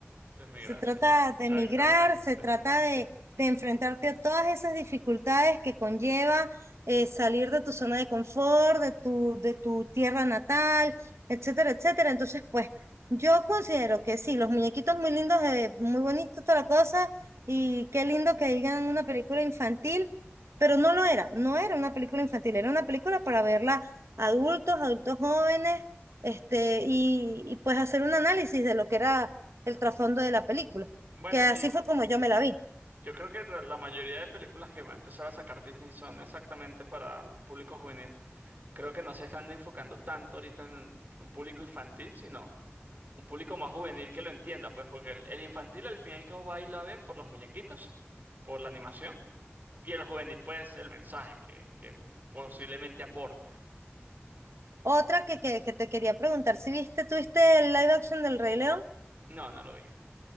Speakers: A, on the right; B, on the right.
A: de migración.
B: Se trata de
A: Exactamente.
B: migrar, se trata de, de enfrentarte a todas esas dificultades que conlleva eh, salir de tu zona de confort, de tu, de tu tierra natal, etcétera, etcétera. Entonces, pues, yo considero que sí, los muñequitos muy lindos, eh, muy bonitos, toda la cosa, y qué lindo que digan una película infantil, pero no lo era, no era una película infantil, era una película para verla adultos, adultos jóvenes, este, y, y pues hacer un análisis de lo que era el trasfondo de la película,
A: Bueno,
B: que
A: es
B: así
A: que
B: fue como yo me la vi.
A: yo creo que la la mayoría de películas que va a empezar a sacar Disney son exactamente para el público juvenil. Creo que no se están enfocando tanto ahorita en un público infantil, sino un público más juvenil que lo entienda, pues porque el el infantil al fin y al cabo va y la ve por los muñequitos, por la animación. Y el juvenil, pues, el mensaje que, que posiblemente aporte.
B: Otra que, que, que te quería preguntar, si viste, tuviste el live action del Rey León?
A: No, no lo vi.